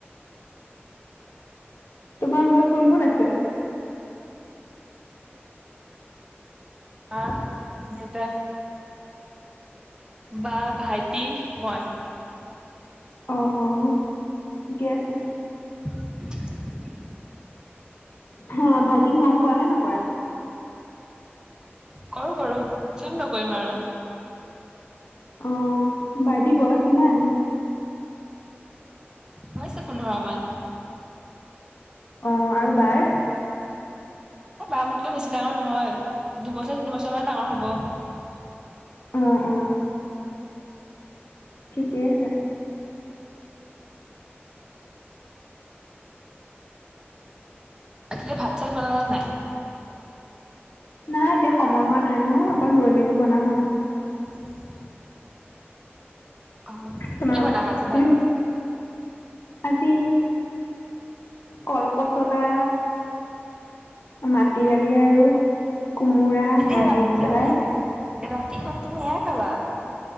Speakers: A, on the left; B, on the right.
A: তোমাৰ ঘৰত কোন কোন আছে?
B: মা, দেউতা বা ভাইটি মই।
A: অঁ অঁ ঠিকে আছে।
B: <unintelligible>
A: হা ভাইটিক মৰম কৰা নে নকৰা
B: কৰো কৰো কিয়নো নকৰিম আৰু
A: অ ভাইটি বয়স কিমান?
B: হৈছে পোন্ধৰ মান।
A: অ আৰু বাৰ?
B: বা মোতকৈ বেছি ডাঙৰ নহয় দুবছৰ তিনিবছৰ মান ডাঙৰ হব।
A: অ অ ঠিকেই আছে।
B: ততে ভাত চাত বনালে নাই।
A: নাই এতিয়া সময় হোৱা নাই নহয় অকন ৰৈ মেলি বনাম আৰু।
B: <unintelligible> অ
A: তোমাৰ
B: কি বনাবা আজি
A: তুমি
B: ভাত
A: আজি কল পচলা মাটি দালি আৰু কোমোৰা
B: এতিয়া
A: হাঁহে
B: ৰাত
A: দি পেলাই
B: ৰাতি ৰাতিখন তুমি এয়াই খাবা